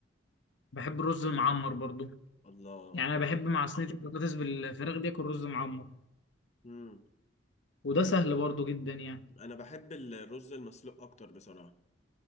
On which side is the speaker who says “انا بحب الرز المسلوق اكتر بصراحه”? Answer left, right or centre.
Left